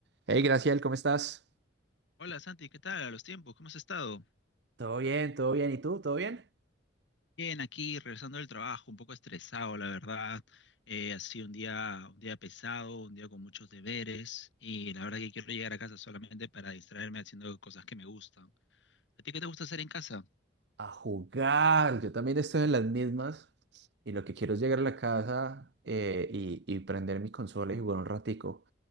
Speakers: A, on the right; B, on the left.
A: Hey, Graciel, ¿cómo estás?
B: Hola Santi, ¿qué tal? A los tiempos, ¿cómo has estado?
A: Todo bien, todo bien. ¿Y tú? ¿Todo bien?
B: Bien, aquí regresando del trabajo, un poco estresado, la verdad. Eh, ha sido un día, un día pesado, un día con muchos deberes y la verdad que quiero llegar a casa solamente para distraerme haciendo cosas que me gustan. ¿A ti qué te gusta hacer en casa?
A: A jugar. Yo también estoy en las mismas y lo que quiero es llegar a la casa eh, y, y prender mi consola y jugar un ratico.